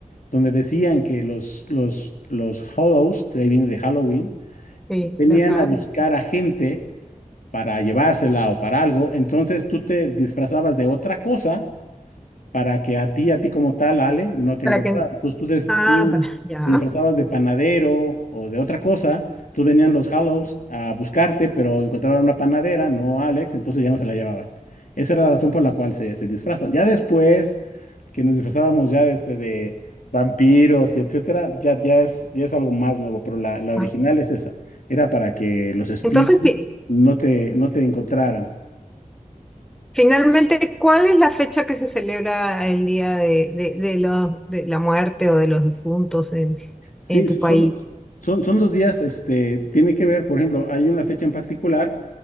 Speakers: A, on the left (about 70°); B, in the centre.
A: donde decían que los, los, los Hollows, de ahí viene de Halloween,
B: sí,
A: venían
B: lo sabemos.
A: a buscar a gente para llevársela o para algo. Entonces tú te disfrazabas de otra cosa para que a ti, a ti como tal, Ale, no te
B: Para
A: encontraran.
B: que...
A: Entonces tú, des-
B: Ah,
A: tú
B: para, ya.
A: te disfrazabas de panadero o de otra cosa. tú venían los Hallows a buscarte, pero encontraron una panadera, no a Alex, entonces ya no se la llevaban. Esa era la razón por la cual se, se disfrazan. Ya después que nos disfrazábamos ya de, este, de vampiros y etcétera, ya, ya es, ya es algo más nuevo, pero la, la original
B: Ah.
A: es esa. Era para que los espíritus
B: Entonces, fi-
A: no te, no te encontraran.
B: finalmente, ¿cuál es la fecha que se celebra el Día de, de, de los, de la muerte o de los difuntos en,
A: Sí,
B: en tu
A: so-
B: país?
A: son, son, son los días, este, tiene que ver, por ejemplo, hay una fecha en particular,